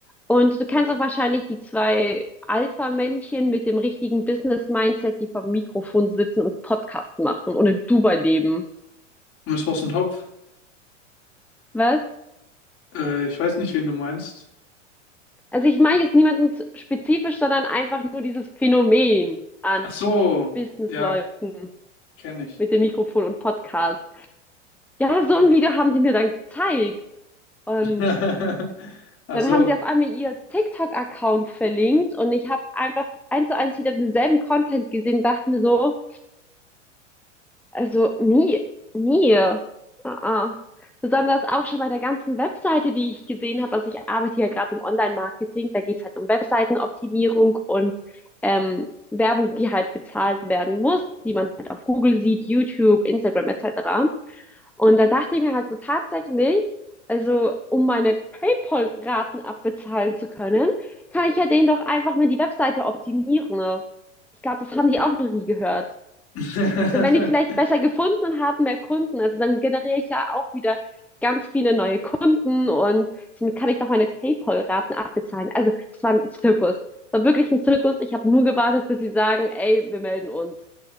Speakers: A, in the centre; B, on the left (about 35°).
A: Und du kennst auch wahrscheinlich die zwei Alpha-Männchen mit dem richtigen Business-Mindset, die vom Mikrofon sitzen und Podcast machen und in Dubai leben.
B: Und es war so ein Topf.
A: Was?
B: Äh, ich weiß nicht, wen du meinst.
A: Also ich meine jetzt niemanden z- spezifisch, sondern einfach nur dieses Phänomen an
B: Ach so,
A: Business-Leuten
B: ja, kenne ich.
A: mit dem Mikrofon und Podcast. Ja, so ein Video haben die mir dann gezeigt. Und
B: <laughs> Ach
A: dann
B: so.
A: haben sie auf einmal ihr TikTok-Account verlinkt und ich habe einfach eins zu eins wieder denselben Content gesehen, dachte mir so, Also nie, nie. Ah, ah. Besonders auch schon bei der ganzen Webseite, die ich gesehen habe. Also ich arbeite ja gerade im Online-Marketing. Da geht's halt um Webseitenoptimierung und ähm, Werbung, die halt bezahlt werden muss, die man halt auf Google sieht, YouTube, Instagram etc. Und dann dachte ich mir halt so tatsächlich, also um meine PayPal-Raten abbezahlen zu können, kann ich ja denen doch einfach mal die Webseite optimieren. Ich glaube, das haben die auch noch nie gehört
B: <laughs>
A: dann wenn ich vielleicht besser gefunden und habe mehr Kunden. Also dann generiere ich ja auch wieder ganz viele neue Kunden und somit kann ich doch meine PayPal-Raten abbezahlen. Also es war ein Zirkus. Es war wirklich ein Zirkus. Ich habe nur gewartet, bis sie sagen, ey, wir melden uns.